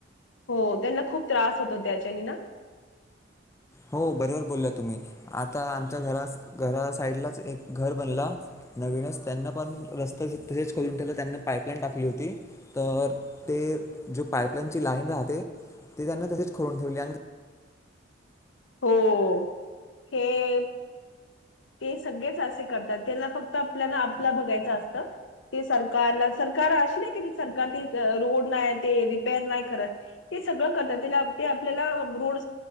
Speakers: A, on the left (about 75°); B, on the left (about 15°).
A: हो. त्यांना खूप त्रास होतो त्याच्यानी ना
B: हो बरोबर बोलला तुम्ही आता आमच्या घरा घरा साईडलाच एक घर बनला नवीनच त्यांना पण रस्ता तसेच खोून ठेवला त्यांना पाईपलाईन टाकली होती तर ते जो पाईपलाईनची लाईन राहते ते त्यांना तसेच खोलून ठेवली आणि-
A: हो हे ते सगळेच असे करतात त्यांना फक्त आपल्याला आपला बघायचं असतं ते सरकारला सरकार अशी नाही कि सरकार रोड नाही ते रिपेर नाही करत ते सगळं करतात ते आपल्याला रोड